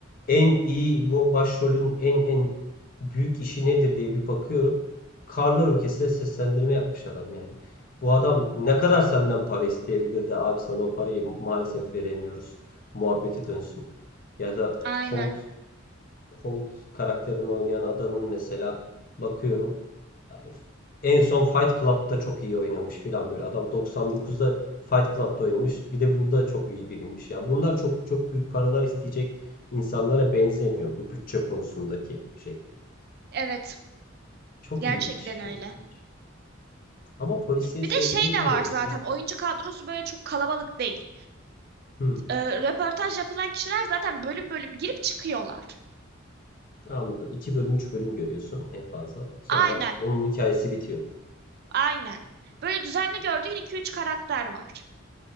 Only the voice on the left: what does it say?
en iyi bu başrolün en en büyük işi nedir diye bir bakıyorum. Karlar Ülkesi'ne seslendirme yapmış adam yani. Bu adam ne kadar senden para isteyebilirdi abi sana o parayı maalesef veremiyoruz muhabbeti dönsün. Ya da
Holt Holt karakterini oynayan adamın mesela bakıyorum yani en son Fight Club'da çok iyi oynamış filan böyle. Adam 99'da Fight Club'da oynamış. Bir de burada çok iyi bilinmiş. Ya bunlar çok çok büyük paralar isteyecek insanlara benzemiyor bu bütçe konusundaki şey.
Çok
ilginç, çok
ilginç. Ama polisiye
sevdiğini
bilmiyordum
sen.
Hmm,
anladım. iki bölüm, 3 bölüm görüyorsun en fazla. Sonra
onun hikayesi bitiyor.